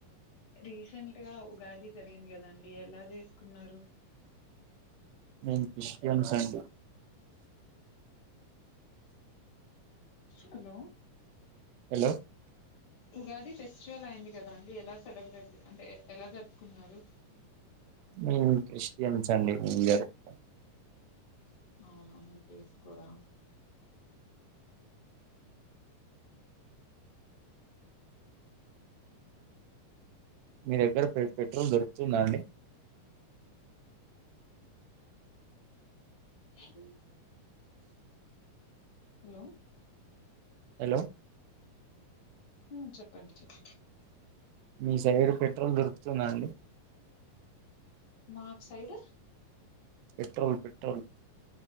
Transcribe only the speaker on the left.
రీసెంట్ గా ఉగాది జరిగింది కదాండి ఎలా చేసుకున్నారు
హలో
ఉగాది ఫెస్టివల్ అయింది కదా అండి ఎలా సెలబ్రేట్ అంటే ఎలా జరుపుకున్నారు
అవున మీర్ చేసుకోరా
అండీ హలో
ఉమ్ చెప్పండి చెప్పండి
మాపు సైడ్